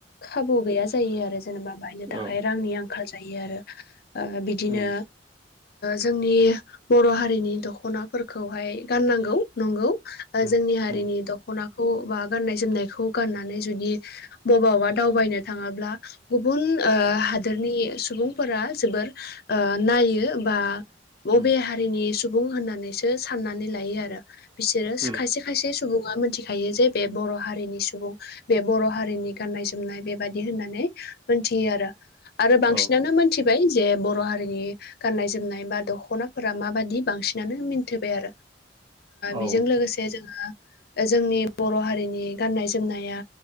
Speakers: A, on the left; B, on the right.
A: खाबु गैया जायो आरो जेनेबा बायनो थाखाय
B: औ उम
A: रांनि आंखाल जायो आरो। ओ बिदिनो
B: उम
A: जोंनि बर' हारिनि दख'ना फोरखौहाय गाननांगौ नंगौ
B: उम
A: जोंनि हारिनि दख'नाखौ बा गाननाय जोमनायखौ गाननानै जुदि बबावबा दावबायनो थाङोब्ला गुबुन हादोरनि सुबुंफोरा जोबोर नायो बा बबे
B: उम
A: हारिनि सुबुं होननानैसो साननानै लायो आरो। बिसोरो
B: औ
A: खायसे खायसे सुबुङा मिथिखायो जे बे बर' हारिनि सुबुं बे बर' हारिनि गाननाय जोमनाय बेबायादि होननानै मोनथियो आरो। आरो बांसिनानो
B: औ
A: मोनथिबाय जे बर' हारिनि गाननाय जोमनाय बा दख'नाफोरा माबादि बांसिनानो मि थिबाय आरो
B: औ
A: बेजों लोगोसे जोंङो जोंनि बर' हारिनि गाननाय जोमनाया